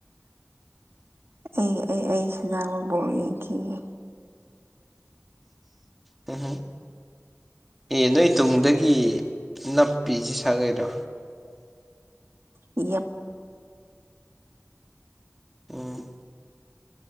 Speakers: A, on the right; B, in the centre.
A: ꯑꯩ ꯑꯩ ꯑꯩ ꯁꯅꯥꯃ ꯥꯎ ꯌꯦꯡꯈꯤꯒꯦ
B: ꯎ ꯑꯦ ꯅꯣꯏ ꯇꯨꯡꯗꯒꯤ ꯅꯞꯄꯤꯁꯤ ꯁꯥꯒꯩꯔꯥ
A: ꯏ
B: ꯑꯣ